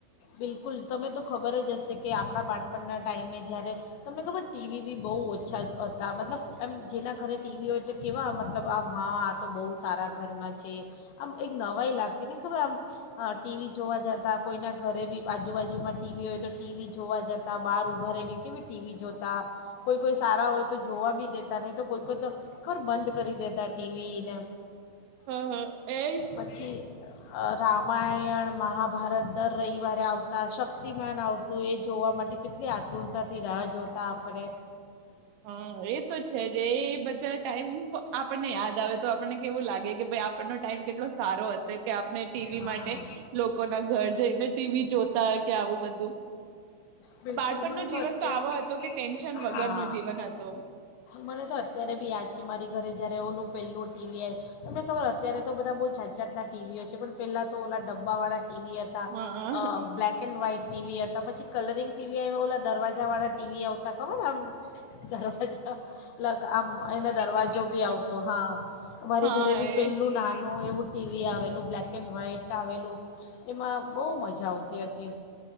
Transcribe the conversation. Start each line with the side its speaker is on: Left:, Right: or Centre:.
Left: બિલકુલ તમે તો ખબર જ હશે, કે આપણા બાળપણના ટાઈમે જ્યારે તમને ખબર ટીવી બી બહુ ઓછા જ હતા. મતલબ એમ જેના ઘરે ટીવી હોય, તો કેવા મતલબ આમ હા આ તો બહુ સારા ઘરના છે. આમ એક નવાય લાગતી ને ખબર આમ ટીવી જોવા જતાં કોઈના ઘરે બી આજુબાજુમાં ટીવી હોય. તો ટીવી જોવા જતાં બહાર ઊભા રહીને કેવી ટીવી જોતા. કોઈ કોઈ સારા
Right: હમ
Left: હોય તો જોવા બી દે. નહી તો કોઈ કોઈ તો ખર બંધ કરી દેતા ટીવીને
Right: હમ એજ
Left: પછી. અ રામ રામાયણ, મહાભારત દર રવિવારે આવતા શક્તિમાન આવતું એ જોવા, માટે કેટલી આતુરતાથી રાહ જોતા આપણે.
Right: હ એ તો છે, જે એ બધા ટાઈમ આપણને યાદ આવે. તો આપણને કેવું લાગે કે ભાઈ આપણનો ટાઈમ કેટલો સારો હતો કે આપને ટીવી
Left: હા
Right: માટે લોકો ના ઘર જઈને. ટવી જોતા કે આવું. બાળપણ
Left: બિલકુલ મને
Right: ન જીવન
Left: અત્યાર
Right: તો આવો હતો કે ટેન્શન વગર
Left: હા
Right: નો જીવન. હતો.
Left: મને તો અત્યારે બી યાદ છે. મારી ઘરે જયારે એવું પહેલું ટીવી આવ તમને ખબર અત્યારે તો બધા બહુ જાંજાતનાં ટીવીઓ છે. પણ પહેલાં તો ઓલા ડબ્બાવાળા ટીવી હતા.
Right: હા
Left: બ્લલેક એન્ડ વ્હાઈટ ટીવી હતા પછી, કલરિંગ ટીવી આવ્યા બ ઓલા દરવાજાવાળા ટીવી આવતા ખબર આમ દરવાજા. લગ આમ એનો દરવાજો બી આવતો હા. મારી
Right: હા
Left: ઘરે બી પેલું
Right: એ
Left: નાનું એવું. ટીવી આવેલું બ્લેક એન્ડ વ્હાઈટ આવેલું એમાં બહુ મજા આવતી હતી.